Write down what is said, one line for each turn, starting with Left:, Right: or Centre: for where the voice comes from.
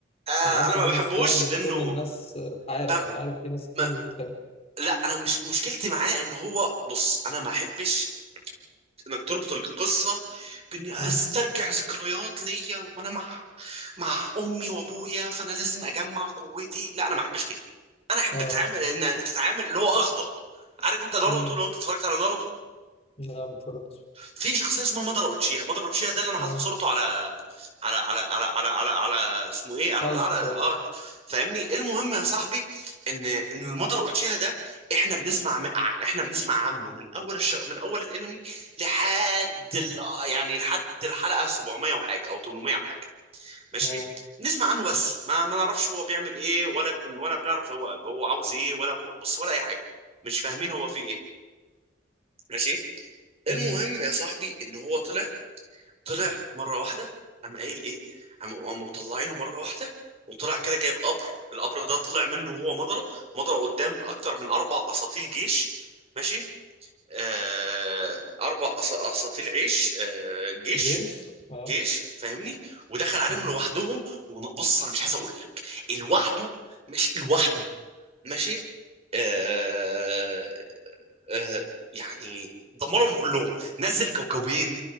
Right: آه...
Left: انا عارف
Right: انا ما
Left: ان ديمون
Right: بحبوش
Left: سلاير مش
Right: لانه
Left: كل الناس آه، عارف
Right: ب...
Left: انا عارف في ناس كتير
Right: ما...
Left: مش بتحب
Right: لا انا مش مشكلتي معاه ان هو بص انا ما احبش انك تربط القصه باني
Left: امم
Right: استرجع ذكريات ليا وانا مع مع امي وابويا فانا لازم اجمع قوتي لا انا ما احبش كده انا احب
Left: اه
Right: اتعامل انك تتعامل اللي هو اغضب عارف انت ناروتو
Left: امم
Right: لو انت اتفرجت على ناروتو
Left: لا ما اتفرجتش
Right: في شخصيه اسمها مادارا اوتشيها مادارا اوتشيها ده اللي انا حاطط
Left: اه
Right: صورته على على على على على على, على اسمه ايه
Left: شايف
Right: على على
Left: شايف
Right: اه فاهمني المهم يا صاحبي ان ان المادارا اوتشيها ده احنا بنسمع م- ع- احنا بنسمع عنه من اول الش... من اول الانمي لحد ال... آه، يعني لحد الحلقه 700 وحاجه او 800 وحاجه ماشي
Left: اه
Right: بنسمع عنه بس ما ما نعرفش هو بيعمل ايه ولا ب... ولا بنعرف هو هو عاوز ايه ولا هو بص ولا اي حاجه مش فاهمين هو فيه ايه ماشي المهم
Left: امم
Right: يا صاحبي ان هو طلع طلع مره واحده قام قايل ايه قام قاموا مطلعينه مره واحده وطلع كده جايب قبر القبر ده طلع منه وهو مضرة مضرة قدام اكتر من اربع اساطيل جيش ماشي آه اربع أس- اساطيل عيش آه جيش
Left: جيش اه
Right: جيش فاهمني ودخل عليهم
Left: امم
Right: لوحدهم وبص انا مش عايز اقول لك لوحده ماشي لوحده ماشي آه آه يعني دمرهم كلهم نزل كوكبين